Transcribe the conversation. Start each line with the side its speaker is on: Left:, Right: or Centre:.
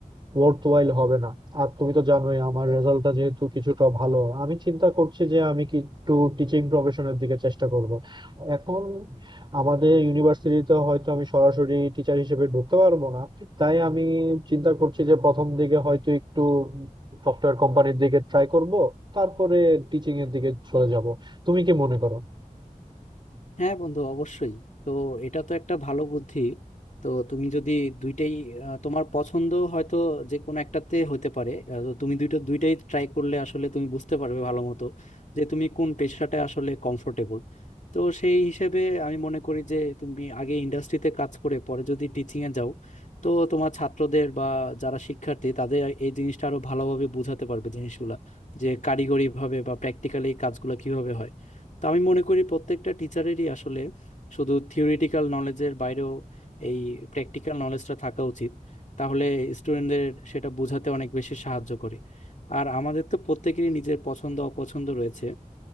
Right: ওয়ার্থওয়াইল হবে না আর তুমি তো জানোই আমার রেজাল্টটা যেহেতু কিছুটা ভালো আমি চিন্তা করছি যে আমি কি একটু টিচিং প্রফেশনের দিকে চেষ্টা করব এখন আমাদের ইউনিভার্সিটিতে হয়তো আমি সরাসরি টিচার হিসেবে ঢুকতে পারবো না তাই আমি চিন্তা করছি যে প্রথম দিকে হয়তো একটু সফটওয়্যার কোম্পানির দিকে ট্রাই করব তারপরে টিচিং এর দিকে চলে যাব তুমি কি মনে করো
Left: হ্যাঁ বন্ধু অবশ্যই তো এটা তো একটা ভালো বুদ্ধি তো তুমি যদি দুইটাই আহ, তোমার পছন্দ হয়তো যে কোনো একটাতে হতে পারে আহ, তো তুমি দুইটা দুইটাই ট্রাই করলে আসলে তুমি বুঝতে পারবে ভালো মতো যে তুমি কোন পেশাটা আসলে কমফোর্টেবল তো সেই হিসেবে আমি মনে করি যে তুমি আগে ইন্ডাস্ট্রিতে কাজ করে পরে যদি টিচিং এ যাও তো তোমার ছাত্রদের বা যারা শিক্ষার্থী তাদের এই জিনিসটা আরো ভালোভাবে বোঝাতে পারবে জিনিসগুলা যে কারিগরি ভাবে বা প্র্যাকটিক্যালি কাজগুলো কিভাবে হয় তো আমি মনে করি প্রত্যেকটা টিচারেরই আসলে শুধু থিওরিটিক্যাল নলেজের বাইরেও এই প্র্যাকটিক্যাল নলেজটা থাকা উচিত তাহলে স্টুডেন্টদের সেটা বোঝাতে অনেক বেশি সাহায্য করে আর আমাদের তো প্রত্যেকেরই নিজের পছন্দ অপছন্দ রয়েছে